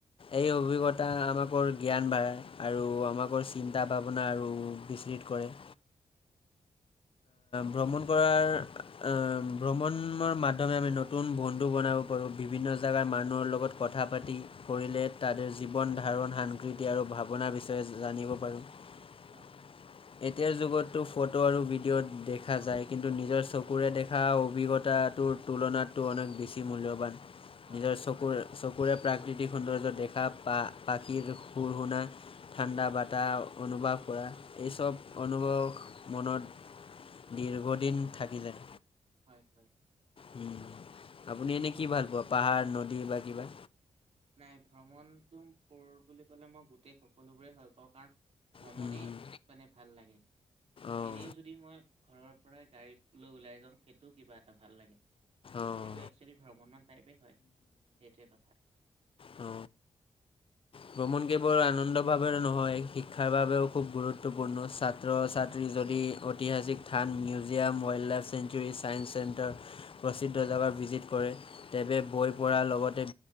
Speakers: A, on the right; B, on the left.
A: উম,
B: এই অভিজ্ঞতা আমাকৰ জ্ঞান বাঢ়ায় আৰু আমাকৰ চিন্তা ভাৱনা আৰু বিচ্ছিত কৰে। অ। ভ্ৰমণ কৰাৰ আ ভ্ৰমণৰ মাধ্যমে আমি নতুন বন্ধু বনাব পাৰোঁ। বিভিন্ন জেগাৰ মানুহৰ লগত কথা পাতি কৰিলে তাতে জীৱন ধাৰণ সাংকৃতি আৰু ভাৱনা বিচাৰ জানিব পাৰো। এতিয়াৰ
A: হয়,
B: যুগতটো ফটো আৰু ভিডিঅ' দেখা যায়। কিন্তু নিজৰ চকুৰে দেখা অভিজ্ঞতাটোৰ তুলনাতটো অনেক বেছি মূল্যৱান।
A: হয়,
B: নিজৰ চকুৰে- চকুৰে প্ৰাক অতি সৌন্দৰ্য দেখা পা পাখিৰ সুৰ শুনা। ঠাণ্ডা বটাহ অনুভৱ কৰা এইচব অনুভৱ মনত। দীৰ্ঘদিন থাকি যায়।
A: হয়- হয়।
B: উম, আপুনি এনে কি ভাল পোৱা পাহাৰ নদী বা কিবা।
A: নাই ভ্ৰমণটো কৰৰু বুলি কলে মই গোটেই সকলোবোৰে ভাল পাওঁ কাৰণ। ভ্ৰমণে
B: হুম হুম
A: মানে ভাল লাগে
B: অঁ
A: এনেও যদি মই ঘৰৰ। পৰাই গাড়ীত লৈ ওলাই যাওঁ সেইটোও কিবা এটা ভাল অক্ষলী
B: অঁ
A: ভ্ৰমণৰ। হয় সেইটোৱে কথা।
B: অ। ভ্ৰমণ কেৱল আনন্দ ভাৱে নহয় শিক্ষাৰ বাবেও খুব গুৰুত্বপূৰ্ণ ছাত্ৰ ছাত্ৰী। যদি ঐতিহাসিক থ্থান মিউজিয়াম ৱাইল্ডলাইফ চছেংঞ্চুৰী ছাইেস চেণ্টাৰ প্ৰসিদ্ধ জেগা। ভিজিট কৰে তেৱে বৈ পঢ়াৰ লগতে